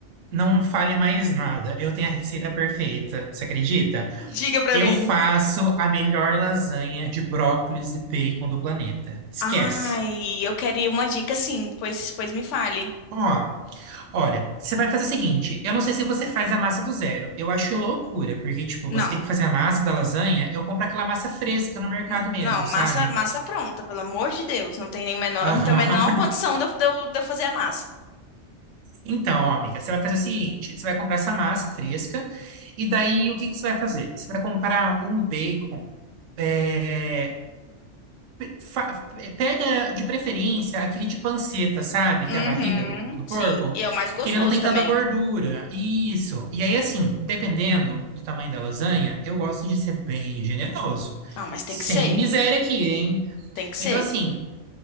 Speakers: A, on the right (about 85°); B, on the left (about 80°).
A: não fale mais nada. Eu tenho a receita perfeita. Você acredita?
B: Diga pra
A: Eu
B: mim.
A: faço a melhor lasanha de brócolis e bacon do planeta. Esquece.
B: Ai, eu queria uma dica sim, pois, pois me fale.
A: Ó, olha, você vai fazer o seguinte, eu não sei se você faz a massa do zero. Eu acho loucura, porque tipo,
B: Não.
A: você tem que fazer a massa da lasanha, eu compro aquela massa fresca no mercado
B: Não,
A: mesmo,
B: não,
A: sabe?
B: massa, massa pronta, pelo amor de Deus. Não tem nem menor,
A: Aham.
B: não tem a menor condição
A: <laughs>
B: de eu, de eu- de eu fazer a massa.
A: Então, ó, amiga, você vai fazer o seguinte, você vai comprar essa massa fresca e daí o que que você vai fazer? Você vai comprar um bacon eh, fa- pega de preferência aquele de panceta, sabe?
B: Uhum,
A: Que é a barriga do, do
B: sim.
A: porco,
B: E é o mais gostoso
A: que ele não tem
B: também.
A: tanta gordura. Isso. E aí, assim, dependendo do tamanho da lasanha, eu gosto de ser bem generoso.
B: Não, mas tem
A: Sem
B: que ser.
A: miséria aqui, hein?
B: Tem que ser.
A: Então, assim,